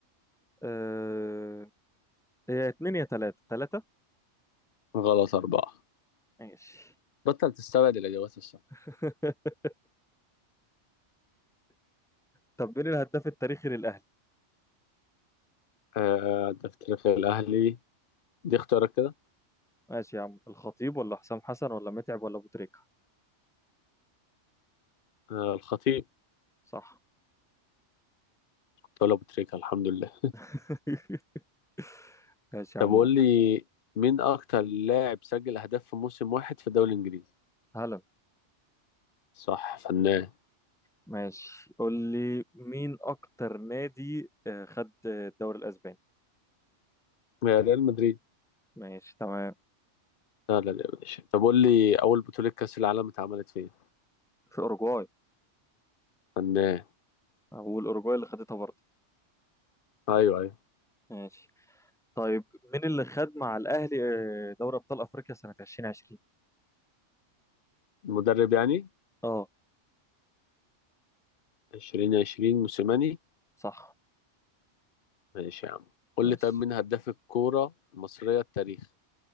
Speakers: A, in the centre; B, on the left (about 50°).
A: آه... هي اتنين يا تلاتة تلاتة
B: غلط أربعة
A: ماشي
B: بطل تستبعد الإجابات الصح
A: <laughs> طب مين الهداف التاريخي للأهلي
B: آه ده في تاريخ الأهلي دي اختيارك كده
A: ماشي يا عم الخطيب ولا حسام حسن ولا متعب ولا أبو تريكة
B: آه الخطيب
A: صح
B: كنت أقول أبو تريكة الحمد لله
A: <laughs> ماشي يا
B: طب
A: عمو
B: قول لي مين أكتر لاعب سجل أهداف في موسم واحد في الدوري الإنجليزي
A: هلا
B: صح فنان
A: ماشي قول لي مين اكتر نادي آه، خد الدوري الاسباني
B: يا ريال مدريد
A: ماشي تمام
B: لا لا لا يا باشا طب قول لي أول بطولة كأس العالم اتعملت فين
A: في اوروجواي
B: فنان
A: اقول اوروجواي اللي خدتها برضه
B: أيوه أيوه
A: ماشي طيب مين اللي خد مع الأهلي آه، دوري أبطال أفريقيا سنة 2020
B: المدرب يعني
A: اه
B: 2020 موسيماني
A: صح
B: ماشي يا عم قول
A: ماشي
B: لي طب مين هداف الكورة المصرية التاريخ